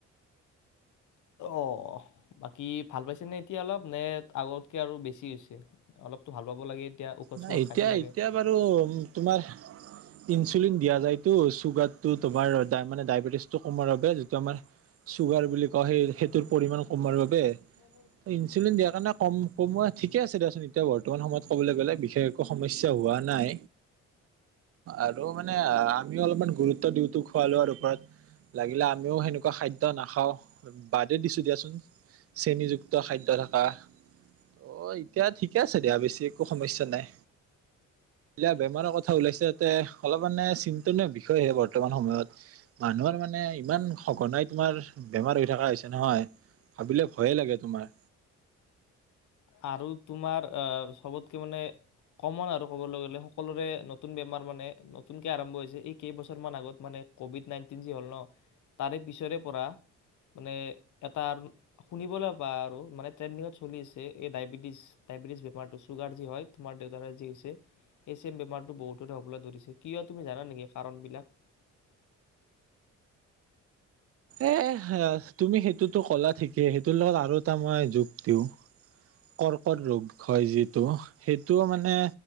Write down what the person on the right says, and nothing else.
নাই,
এতিয়া-এতিয়া
বাৰু তোমাৰ ইনচুলিন দিয়া যায়তটো, চুগাৰটো তোমাৰ দা মানে ডায়বেটিছটো কমাৰ বাবে যিটো আমাৰ চুগাৰ বুলি কয়, সেই সেইটোৰ পৰিমণ কমাৰ বাবে।
ইঞ্চুলিন দিয়াৰ কাৰণে কম কমৱা ঠিকে আছে দেয়াচোন এতিয়া বৰ্তমান সময়ত ক'বলৈ গ'লে। বিশষকে একো সমস্যা হোৱা নাই, আৰু মানে আমিও অলপমান গুৰুত্ব দিওঁটো খুৱা লোৱাৰ ওপৰত, লাগিলে আমি সেনেকুৱা খাদ্য নাখাওঁ। বাদে দিছোঁ দিয়াচোন, চেণীযুক্ত খাদ্য থকা। অ', এতিয়া ঠিকে আছে দিয়া, বেছি একো সমস্যা নাই। এতিয়া বেমাৰৰ কথা ওলাইছে, তাতে অলপ মানে চিন্তন বিষয়হে বৰ্তমান সময়ত। মানুহৰ মানে ইমান সঘনাই তোমাৰ বেমাৰ হৈ থকা হৈছে নহয়, ভাবিলে ভয়ে লাগে তোমাৰ।
এ তুমি সেইটোতো ক'লা ঠিকেই, সেইটোৰ আৰু এটা মই যোগ দিওঁ। কৰ্কট ৰোগ হয় যিটো, সেইটোও মানে